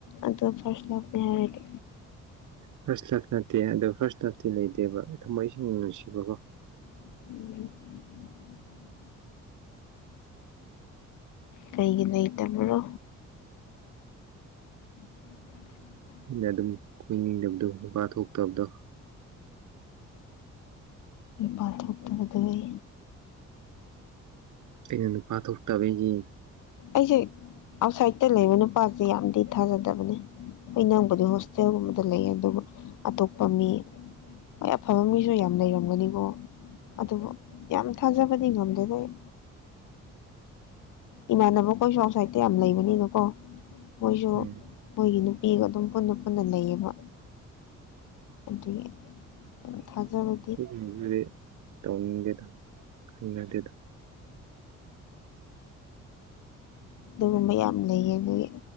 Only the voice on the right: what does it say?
ꯐꯥꯔꯁ ꯂꯞ ꯅꯠꯇꯦ ꯑꯗꯣ ꯐꯥꯔꯁ ꯂꯐꯇꯤ ꯂꯩꯇꯦꯕ ꯊꯝꯃꯣꯏ ꯏꯁꯤꯡ ꯅꯨꯡꯁꯤꯕꯀꯣ
ꯑꯩꯅ ꯑꯗꯨꯝ ꯀꯣꯏꯅꯤꯡꯗꯕꯗꯣ ꯅꯨꯄꯥ ꯊꯣꯛꯇꯕꯗꯣ
ꯑꯩꯅ ꯅꯨꯄꯥ ꯊꯣꯛꯇꯕ ꯑꯩꯒꯤ
ꯎꯝ
ꯑꯗꯨꯒꯨꯝꯅꯗꯨꯗꯤ ꯇꯧꯅꯤꯡꯗꯦꯗ ꯍꯩꯅꯗꯦꯗ